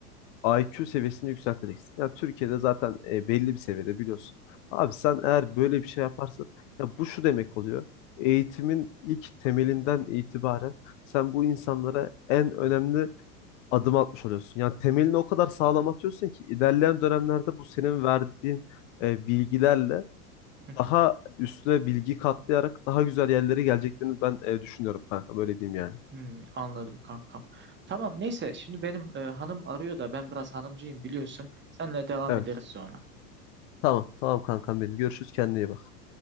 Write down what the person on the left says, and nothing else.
IQ seviyesini yükselteceksin. Ya Türkiye'de zaten e, belli bir seviyede biliyorsun. Abi sen eğer böyle bir şey yaparsan ya bu şu demek oluyor. Eğitimin ilk temelinden itibaren sen bu insanlara en önemli adım atmış oluyorsun. Yani temelini o kadar sağlam atıyorsun ki ilerleyen dönemlerde bu senin verdiğin e, bilgilerle
daha üstüne bilgi katlayarak daha güzel yerlere geleceklerini ben e, düşünüyorum kanka. Böyle diyeyim yani.
Evet.
Tamam. Tamam kankam benim. Görüşürüz. Kendine iyi bak.